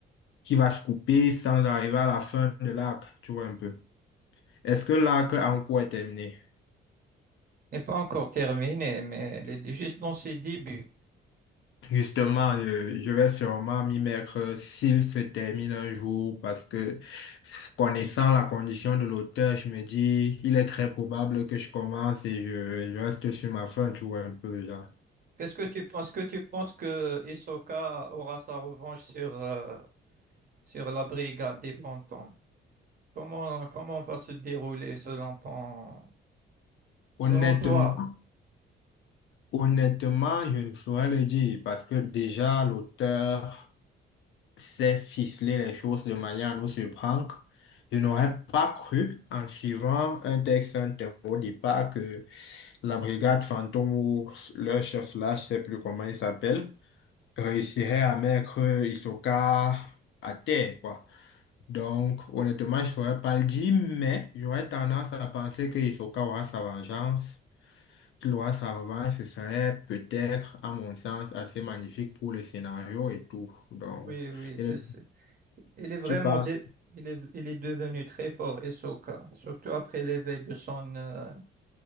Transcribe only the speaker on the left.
qui va se couper sans arriver à la fin de l'arc. Tu vois un peu. Est-ce que l'arc en cours est terminé?
Justement, je, je vais sûrement m'y mettre s'il se termine un jour parce que connaissant la condition de l'auteur, je me dis, il est très probable que je commence et je, je reste sur ma fin, tu vois, un peu, genre.
Honnêtement,
honnêtement, je ne saurais le dire parce que déjà, l'auteur... sait ficeler les choses de manière à nous surprendre. Je n'aurais pas cru, en suivant un texte inter au départ, que la brigade fantôme ou leur chef là, je sais plus comment il s'appelle, réussirait à mettre Hisoka à terre, quoi. Donc, honnêtement, je ne saurais pas le dire, mais j'aurais tendance à penser que Hisoka aura sa vengeance, qu'il aura sa revanche, ce serait peut-être, à mon sens, assez magnifique pour le scénario et tout. Donc,
et
le-
tu passes